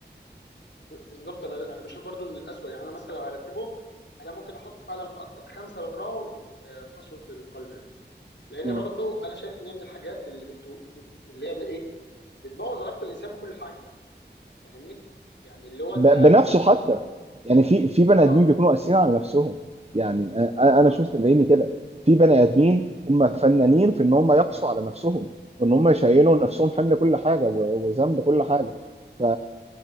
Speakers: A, on the left (about 80°); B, on the right (about 35°).
A: ب- بالظبط انا انا بشوف برضو من الاسوء يعني انا مثلا لو هرتبهم انا ممكن احط فعلا في اكتر خمسه بكرههم آه، قسوه القلب يعني لان
B: مم.
A: برضو انا شايف ان هي من الحاجات اللي بتو... بت... اللي هي بايه بتبوظ علاقه الانسان بكل حاجه فاهمني يعني اللي هو انت
B: ب- بنفسه حتى يعني في في بني
A: اه
B: ادمين بيكونوا قاسيين على نفسهم يعني أ- انا
A: بالظبط
B: شفت بعيني كده في بني ادمين هم فنانين في ان هم يقسوا على نفسهم وان هم يشيلوا نفسهم حمل كل حاجه و- وذنب كل حاجه ف